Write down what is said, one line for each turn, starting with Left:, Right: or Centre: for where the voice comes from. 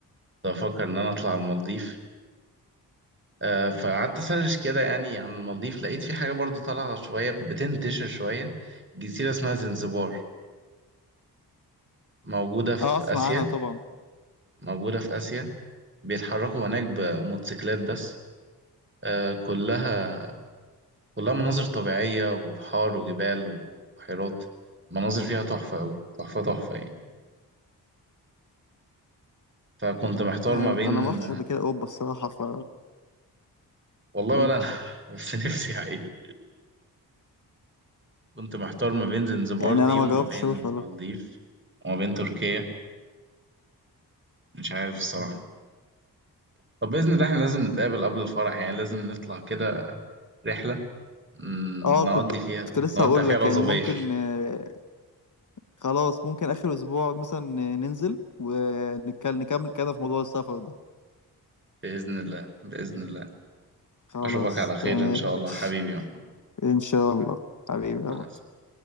Right: كنت بفكر ان انا اطلع المالديف آه فقعدت اسرش كده يعني عن المالديف لقيت في حاجة برضو طالعة شوية بتنتشر شوية جزيرة اسمها زنزبار موجودة في
Left: اه اسمع
Right: آسيا
Left: عنها طبعا
Right: موجودة في آسيا بيتحركوا هناك بموتوسيكلات بس آه كلها كلها مناظر طبيعية وبحار وجبال وبحيرات مناظر فيها تحفة أوي تحفة تحفة يعني فكنت محتار
Left: أم،
Right: ما بين
Left: انا ما رحتش قبل كده اوروبا الصراحه ف
Right: والله
Left: أم،
Right: ولا أنا <laughs> بس نفسي حقيقي كنت محتار ما بين زنزبار
Left: يعني
Right: دي
Left: انا ما
Right: وما
Left: جربتش
Right: بين المالديف
Left: اروح والله
Right: وما بين تركيا مش عارف الصراحة طب بإذن الله احنا لازم نتقابل قبل الفرح يعني لازم نطلع كده رحلة م،
Left: اه كنت
Right: نودي فيها
Left: كنت لسه
Right: نودع
Left: هقول
Right: فيها
Left: لك
Right: العزوبية
Left: يعني ممكن آه، خلاص ممكن اخر اسبوع مثلا آه، ننزل ونكمل كلامنا في موضوع السفر ده
Right: بإذن الله بإذن الله
Left: خلاص
Right: أشوفك على خير
Left: تمام
Right: إن شاء
Left: ماشي
Right: الله حبيبي يا محمد
Left: ان شاء الله حبيبي
Right: مع السلامة